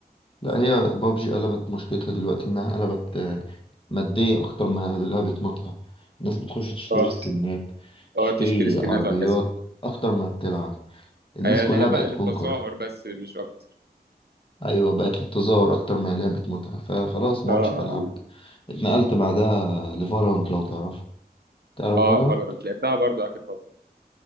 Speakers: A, on the left; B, on the right.
A: لا هي بابجي قلبت مشكلتها دلوقتي إنها قلبت آه، مادية أكتر ما هي لعبة متعة الناس بتخش تشتري
B: اه
A: سكنات تشتري
B: اه تشتري سكنات
A: عربيات
B: وهكذا
A: أكتر ما بتلعب الناس
B: هي
A: كلها
B: لعبه
A: بقت
B: للتظاهر
A: كونكر
B: بس مش اكتر
A: ايوه بقت للتظاهر اكتر ما هي لعبة متعة فخلاص ما
B: اه
A: عدتش بلعبها اتنقلت بعدها لفالورانت لو تعرفها تعرف
B: اه
A: فالورانت
B: فالورنت لعبتها برضو اخر فتره